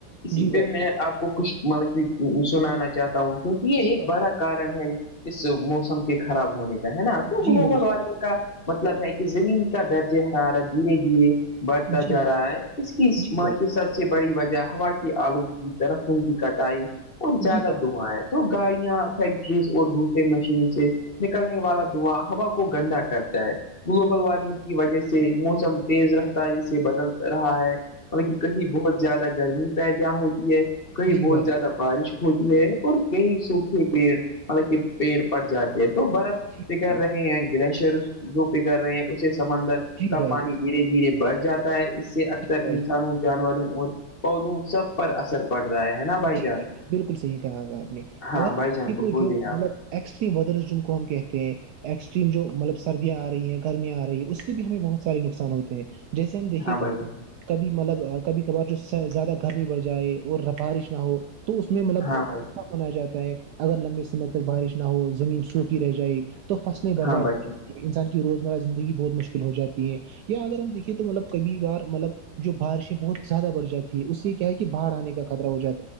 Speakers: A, on the left (about 35°); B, on the right (about 75°).
A: اسی
B: جی بھائی
A: پہ
B: جان
A: میں آپ کو کچھ مطلب کہ سنانا چاہتا ہوں کیونکہ یہ
B: جی
A: ایک
B: بھائی
A: بڑا کارن ہے اس موسم کے خراب ہونے کا ہے نا
B: جان،
A: تو
B: جی
A: گلوبل
B: بھائی جان
A: وادنگ کا مطلب ہے کہ زمین کا درج حرارت دھیرے دھیرے بڑھتا
B: جی
A: جا رہا ہے اس کی
B: جی بھائی
A: ماں
B: جان
A: کی سب سے بڑی وجہ ہوا آلودگی درختن کی کٹائی اور زیادہ
B: جی
A: دواں ہے تو گاڑیاں فیکٹریز اور دوسر مشین سے نکلنے والا دھواں ہوا کو گندا کرتا ہے گلوبل وارمنگ کی وجہ سے موسم تیز رفتاری سے بدل رہا ہے مطلب کہ کہیں بہت زیادہ گرمی پیدا ہوتی ہے کہیں بہت
B: بھائی
A: زیادہ
B: بالکل،
A: بارش ہوتی ہے اور کئی سوکھے پیڑ مطلب کہ پیڑ پڑ جاتے یہ تو برف
B: جی
A: پگڑ
B: بھائی جان
A: رہے ہیں گلیشیر جو پگڑ رہے ہیں اسے سمندر
B: جی
A: کا
B: بھائی
A: پانی
B: جان جی بھائی جان جی بھائی جان
A: دھیرے دھیرے بڑھ جاتا ہے اس سے اکثر
B: جی بھائی
A: انسانوں
B: جان
A: جانوروں اور پودوں سب پر اثر پڑ رہا ہے ہے نا بھائی
B: جی
A: جان
B: بھ بالکل صحیح کہا گا آپ نے
A: ہاں
B: اگر
A: بھائی جان
B: تو جو
A: بولیے
B: مطلب
A: آپ
B: ایکسٹریم ودرز جن کو ہم کہتے ہیں ایکسٹریم جو مطلب سردیاں آ رہی ہیں گرمیاں آ رہی ہے اس سے بھی ہمیں بہت سارے نقصان ہوتے ہیں جیسے ہم دیکھیے
A: ہاں بھائی جان
B: کبھی مطلب کبھی کبھار جو زیادہ گرمی بڑھ جائے اور ر بارش ہو تو اس میں مطلب
A: ہاں بھائی
B: بنا جاتا ہے اگر لمبے سمے تک بارش نہ ہو زمین سوکھی رہ جائے تو فصلیں برباد
A: ہاں بھائی
B: ہوات
A: جان
B: <unintelligible> انسان کی روزمرہ زندگی بہت مشکل ہو جاتی ہے یا اگر ہم دیکھیے تو مطلب کبھی بار مطلب جو بارشیں بہت زیادہ بڑھ جاتی ہے اس سے کیا ہے کہ بہاڑ آنے کا خطہ ہو جاتا ہے